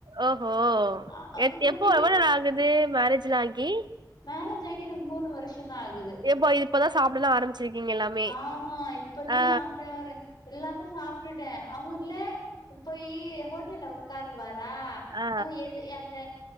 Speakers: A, on the right (about 85°); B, on the left (about 75°).
A: ஓஹோ
B: அ
A: எத்
B: எங்க
A: எப்போ
B: விது
A: எவ்வள நாள் ஆகுது மேரேஜ்லா ஆகி
B: மேரேஜ் ஆகி எனக்கு மூணு வருஷந்தா ஆகுது
A: எப்போ இப்பதா சாப்டலா ஆரம்பிச்சிருக்கீங்க எல்லாமே
B: ஆமா இப்பதான்
A: ஆ
B: சாப்டாரு எல்லாமே சாப்டுட்டே அவுருல்ல போயி ஹோட்டல்ல ஒக்காருவாரா
A: ஆ
B: அ எது அந்த